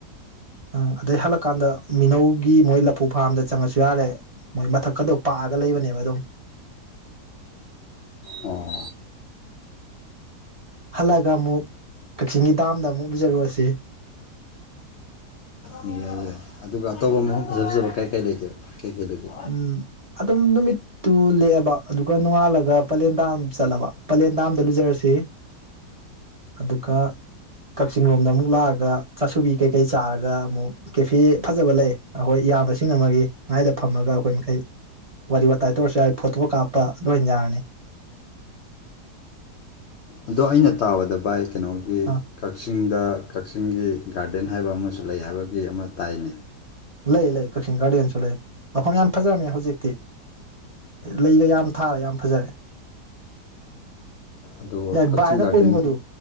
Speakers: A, on the right; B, on the left.
A: ꯑꯪ ꯑꯗꯩ ꯍꯜꯂꯛꯀꯥꯟꯗ ꯃꯤꯅꯧꯒꯤ ꯃꯣꯏ ꯂꯐꯨ ꯐꯥꯔꯝꯗ ꯆꯪꯉꯛꯑꯁꯨ ꯌꯥꯔꯦ ꯃꯣꯏ ꯃꯊꯛ ꯀꯥꯗꯣ ꯄꯥꯛꯑꯒ ꯂꯩꯕꯅꯦꯕ ꯑꯗꯨꯝ
B: ꯑꯣ
A: ꯍꯜꯂꯛꯑꯒ ꯑꯃꯨꯛ ꯀꯛꯆꯤꯡꯒꯤ ꯗꯥꯝꯗ ꯑꯃꯨꯛ ꯎꯖꯔꯨꯔꯁꯤ
B: ꯌꯥꯏ ꯌꯥꯏ ꯑꯗꯨꯒ ꯑꯇꯣꯞꯄ ꯃꯐꯝ ꯐꯖ ꯐꯖꯕ ꯀꯥꯏ ꯀꯥꯏ ꯂꯩꯒꯦ ꯀꯥꯏ ꯀꯥꯏ ꯂꯩꯒꯦ
A: ꯎꯝ ꯑꯗꯨꯝ ꯅꯨꯃꯤꯠꯇꯨ ꯂꯦꯛꯑꯕ ꯑꯗꯨꯒ ꯅꯣꯡꯉꯥꯜꯂꯒ ꯄꯂꯦꯟ ꯗꯥꯝꯗ ꯆꯠꯂꯕ ꯄꯂꯦꯟ ꯗꯥꯝꯗ ꯂꯨꯖꯔꯁꯤ ꯑꯗꯨꯒ ꯀꯛꯆꯤꯡ ꯂꯣꯝꯗ ꯑꯃꯨꯛ ꯂꯥꯛꯑꯒ ꯆꯥꯁꯨꯕꯤ ꯀꯩ-ꯀꯩ ꯆꯥꯔꯒ ꯑꯃꯨꯛ ꯀꯦꯐꯦ ꯐꯖꯕ ꯂꯩ ꯑꯩꯈꯣꯏ ꯏꯌꯥꯝꯕꯁꯤꯡ ꯑꯃꯒꯤ ꯃꯥꯏꯗ ꯐꯝꯃꯒ ꯑꯩꯈꯣꯏ ꯃꯈꯩ ꯋꯥꯔꯤ ꯋꯥꯇꯥꯏ ꯇꯧꯔꯁꯨ ꯌꯥꯏ ꯐꯣꯇꯣ ꯀꯥꯞꯄ ꯂꯣꯏ ꯌꯥꯔꯅꯤ
B: ꯑꯗꯣ ꯑꯩꯅ ꯇꯥꯕꯗ ꯕꯥꯏ ꯀꯩꯅꯣꯒꯤ
A: ꯑꯥ
B: ꯀꯛꯆꯤꯡꯗ ꯀꯛꯆꯤꯡꯒꯤ ꯒꯥꯔꯗꯦꯟ ꯍꯥꯏꯕ ꯑꯃꯁꯨ ꯂꯩ ꯍꯥꯏꯕ꯭ꯔꯥ ꯒꯤ ꯑꯃ ꯇꯥꯏꯅꯦ
A: ꯂꯩ-ꯂꯩ ꯀꯛꯆꯤꯡ ꯒꯥꯔꯗꯦꯟꯁꯨ ꯂꯩ ꯃꯐꯝ ꯌꯥꯝ ꯐꯖꯔꯝꯃꯤ ꯍꯧꯖꯤꯛꯇꯤ ꯂꯩꯒ ꯌꯥꯝ ꯊꯥꯔꯥ ꯌꯥꯝ ꯐꯖꯔꯦ
B: ꯑꯗꯣ
A: ꯌꯥꯏ
B: ꯀꯛꯆꯤꯡ
A: ꯚꯥꯏꯅ
B: ꯒꯥꯔꯗꯦꯟ
A: ꯀꯣꯏꯅꯤꯡꯕꯗꯨ